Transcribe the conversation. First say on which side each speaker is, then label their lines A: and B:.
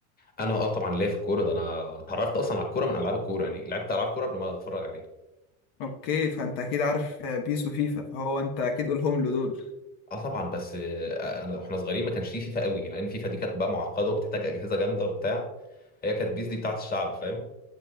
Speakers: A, on the left (about 20°); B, on the left (about 65°).
A: اه طبعا ليا في الكوره ده انا اتعرفت اصلا على الكوره من العاب الكوره يعني لعبت العاب كوره قبل ما اتفرج عليها
B: اوكي فانت اكيد عارف آه، بيس وفيفا فهو انت اكيد قولهم له دول
A: اه طبعا بس آه، انا واحنا صغيرين ما كانش فيه فيفا قوي لان فيفا دي كانت بقى معقده وبتحتاج اجهزه جامده وبتاع هي كانت بيس دي بتاعت الشعب فاهم